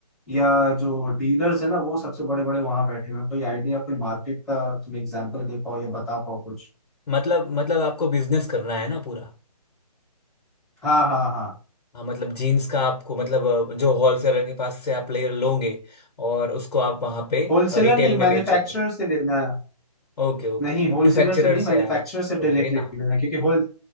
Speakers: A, in the centre; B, on the left (about 70°).
A: या जो डीलर्स है ना वो सबसे बड़े बड़े वहां बैठे हुए हैं कोई आइडिया कोई मार्केट का तुम एग्जांपल दे पाओ या बता पाओ कुछ
B: मतलब मतलब आपको बिजनेस करना है ना पूरा
A: हाँ हाँ हाँ
B: हाँ मतलब जीन्स का आपको मतलब अ, जो होलसेलर के पास से आप ले लोगे और उसको आप वहाँ पे
A: होलसेलर
B: रिटेल
A: नहीं
B: में
A: मैन्युफैक्चरर
B: बेचोगे
A: से लेना है
B: ओके ओके
A: नहीं
B: मैन्युफैक्चरर
A: होलसेलर से नहीं
B: से
A: मैन्युफैक्चरर
B: आप
A: से
B: लोगे
A: डायरेक्टली
B: ना
A: लेना है, क्योंकि होल